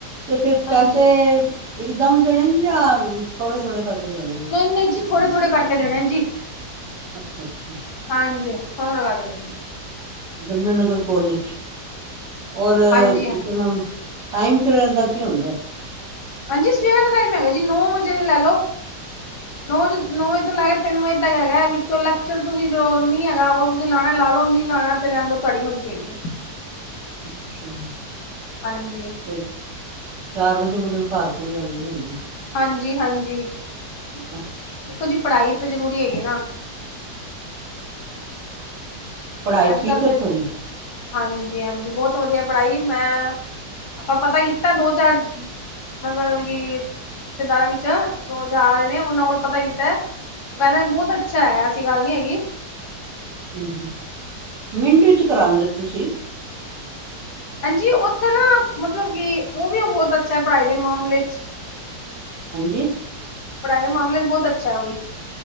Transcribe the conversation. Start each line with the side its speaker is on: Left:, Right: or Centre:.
Right: ਤੇ ਫਿਰ
Left: ਹਾਂਜੀ
Right: ਪੈਸੇ ਇਕਦਮ ਦੇਣੇਨ ਜਾਂ ਥੋੜੇ, ਥੋੜੇ ਕਰਕੇ ਦੇਣੇਨ।
Left: ਨਹੀਂ, ਨਹੀਂ ਜੀ ਥੋੜੇ ਥੋੜੇਕੇ ਦੇਣੇਨ ਜੀ।
Right: ਅੱਛਾ ਅੱਛਾ
Left: ਹਾਂਜੀ ਥੋੜੇ, ਥੋੜੇ ਕਰ ਕੇ ਦੇਣੇ।
Right: ਜਮੁਨਾਾਨਗਰ ਕੋਲੇਜ ਔਰ
Left: ਹਾਂਜੀ ਹਾਂਜੀ
Right: ਕੇ ਨਾਮ ਟਾਈਮ ਪੀਰੀਅਡ ਦਾ ਕੀ ਹੁੰਦੈ।
Left: ਹਾਂਜੀ ਸਵੇਰ ਦਾ ਟਾਈਮ ਹੈਗਾ ਜੀ ਨੌ ਵਜੇ ਲੈ ਲੋ ਨੌ ਵਜੇ ਨੌ ਵਜੇ ਤੋਂ ਲੈਕੇ ਤਿੰਨ ਵਜੇ ਤਕ ਹੈਗਾ ਵਿੱਚੋ ਚਲ ਤੁਸੀਂ ਜੋ ਨੀ ਹੈਗਾ ਉਹ ਤੁਸੀਂ ਲਾਣੈ ਲਾ ਲਓ ਨੀ ਲਾਣਾ ਤੇ ਰਹਿਣ ਦੋ ਤੁਹਾਡੀ ਮਰਜ਼ੀ ਹੈਗੀ ਏ।
Right: ਅੱਛਾ ਜੀ
Left: ਹਾਂਜੀ
Right: ਫ ਚਾਰ ਵਜੇ ਮਤਲਬ ਘਰ ਕੁੜੀ ਆਨਦੀ ਹੋਣੀ ਏਂ
Left: ਹਾਂਜੀ ਹਾਂਜੀ
Right: ਅੱਛਾ,
Left: ਦੇਖੋ ਜੀ ਪੜ੍ਹਾਈ ਤਾਂ ਜ਼ਰੂਰੀ ਹੈਗੀ ਨਾ
Right: ਪੜ੍ਹਾਈ
Left: ਅੱਜ
Right: ਠੀਕ
Left: ਕੱਲ੍ਹ
Right: ਹੈ
Left: ਦੇ
Right: ਉੱਥੋਂ ਦੀ?
Left: ਹਾਂਜੀ ਹਾਂਜੀ ਬਹੁਤ ਵਧੀਆ ਪੜ੍ਹਾਈ ਮੈਂ ਆਪਾਂ ਪਤਾ ਕੀਤਾ ਦੋ ਚਾਰ ਮਲਬ ਕਿ ਰਿਸ਼ਤੇਦਾਰਾਂ ਵਿੱਚ ਜੋ ਜਾ ਰੇ ਨੇ ਉਹਨਾਂ ਕੋਲ ਪਤਾ ਕੀਤਾ ਉਹ ਕਹਿੰਦੇ ਬਹੁਤ ਅੱਛਾ ਹੈਗਾ ਐਸੀ ਗੱਲ ਨੀ ਹੈਗੀ
Right: ਹਮ-ਹਮ ਮਿੰਟ ਵਿੱਚ ਕਰਉਂਦੇ ਤੁਸੀਂ
Left: ਹਾਂਜੀ ਉੱਥੇ ਨਾ ਮਤਲਬ ਕਿ ਉਹ ਵੀ ਬਹੁਤ ਅੱਛਾ ਪੜ੍ਹਾਈ ਦੇ ਮਾਮਲੇ ਚ
Right: ਹਾਂਜੀ
Left: ਪੜ੍ਹਾਈ ਦੇ ਮਾਮਲੇ ਚ ਬਹੁਤ ਅੱਛਾ ੳਹ ਵੀ।